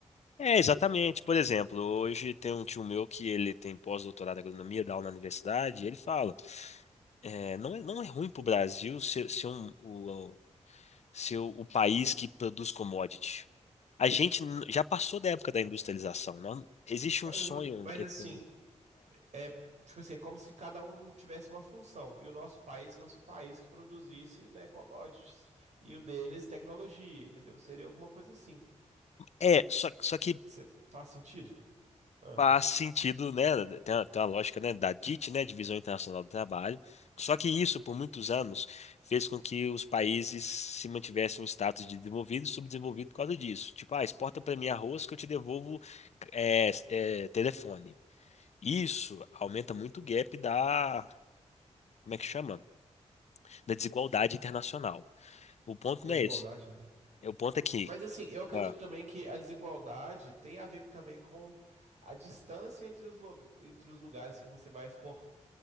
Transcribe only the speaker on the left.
É, exatamente. Por exemplo, hoje tem um tio meu que ele tem pós-doutorado em agronomia, dá aula na universidade, e ele fala, é, não é, não é ruim para o Brasil ser, ser um, o, ser o país que produz commodity. A gente n- já passou da época da industrialização. Não? Existe
um sonho.
esse-
É, só, só
que
faz sentido, né? Tem uma, tem uma lógica, né, da DIT, né, Divisão Internacional do Trabalho. Só que isso, por muitos anos, fez com que os países se mantivessem um status de desenvolvido e subdesenvolvido por causa disso. Tipo, ah, exporta para mim arroz que eu te devolvo é, é, telefone. Isso aumenta muito o gap da, como é que chama? Da desigualdade internacional. O ponto
não
é esse.
O ponto é que,
ah,